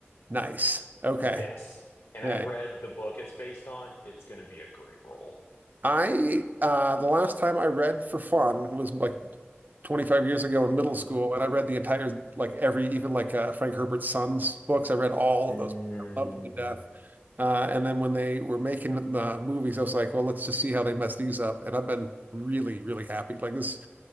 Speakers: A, on the right; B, on the left.
A: nice. Okay.
B: Yes, and
A: Yeah.
B: I've read the book it's based on. It's going to be a great role.
A: I uh the last time I read for fun was like 25 years ago in middle
B: Mhm.
A: school and I read the entire like every even like uh, Frank Herbert's Sons books. I read all
B: Mm,
A: of those. I loved them to death. Uh, and then when they were making the movies, I was like, well, let's just see how they mess these up. And I've been really, really happy. Like this